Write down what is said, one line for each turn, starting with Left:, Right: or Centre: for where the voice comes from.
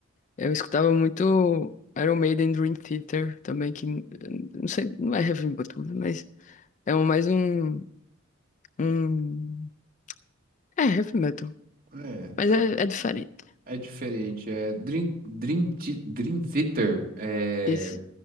Left: Eu escutava muito Iron Maiden, Dream Theater também, que n- não sei, não é heavy metal, né, mas é um, mais um, um... É heavy metal,
Right: É,
Left: mas
Right: tá
Left: é, é diferente.
Right: É diferente, é Dream, Dream, Thi- Dream Theater é,
Left: Isso,